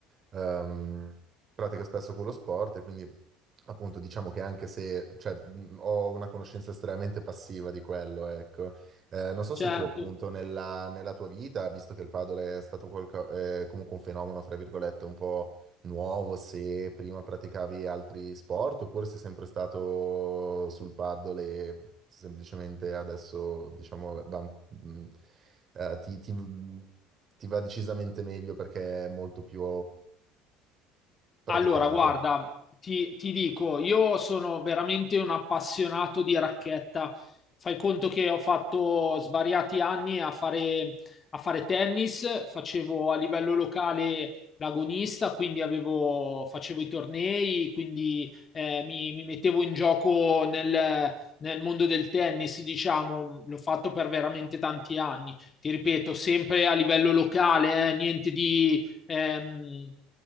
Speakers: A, on the right; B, on the left.
A: ehm, pratica spesso quello sport e quindi appunto diciamo che anche se cioè, mh, ho una conoscenza estremamente passiva di quello, ecco. Eh, non so
B: Certo,
A: se tu appunto nella, nella tua vita, visto che il padel è stato qualco- eh, comunque un fenomeno, fra virgolette, un po' nuovo, se prima praticavi altri sport oppure sei sempre stato sul padel e semplicemente adesso diciamo va- mh, eh, ti ti- mh, ti va decisamente meglio perché è molto più praticato.
B: Allora, guarda, ti, ti dico, io sono veramente un appassionato di racchetta. Fai conto che ho fatto svariati anni a fare, a fare tennis, facevo a livello locale l'agonista, quindi avevo- facevo i tornei, quindi eh, mi, mi mettevo in gioco nel, nel mondo del tennis, diciamo, l'ho fatto per veramente tanti anni. Ti ripeto, sempre a livello locale, eh, niente di... ehm,